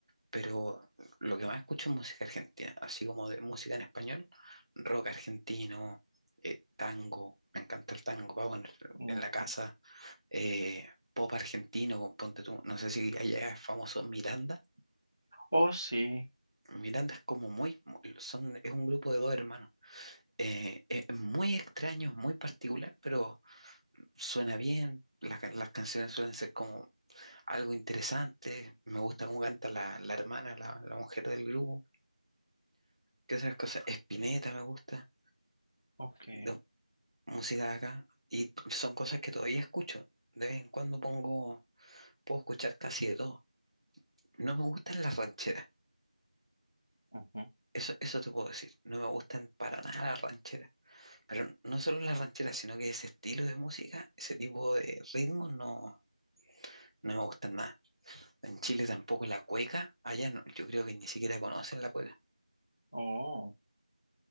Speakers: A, on the right (about 45°); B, on the left (about 25°).
A: pero lo que más escucho es música argentina, así como de música en español, rock argentino, eh, tango, me encanta el tango, pago en,
B: ujú.
A: en la casa, eh, pop argentino, con ponte tú, no sé si allá es famoso Miranda,
B: Oh, sí.
A: Miranda es como muy, muy- son, es un grupo de dos hermanos, eh, es muy extraño, muy particular, pero suena bien. Las, can- las canciones suelen ser como algo interesante. Me gusta cómo canta la, la hermana, la la mujer del grupo ¿Qué otras cosas? Spinetta me gusta,
B: Ok.
A: de música de acá, y son cosas que todavía escucho. De vez en cuando pongo, puedo escuchar casi de todo. No me gustan las rancheras,
B: ujú.
A: eso, eso te puedo decir. No me gustan para nada las rancheras. Pero no solo las rancheras, sino que ese estilo de música, ese tipo de ritmos, no, no me gustan nada. En Chile tampoco la cueca, allá no- yo creo que ni siquiera conocen la cueca.
B: Oh,